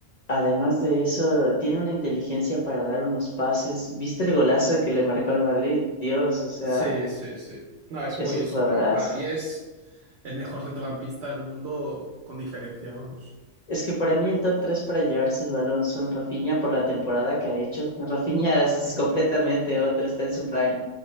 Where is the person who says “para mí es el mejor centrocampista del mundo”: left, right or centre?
Right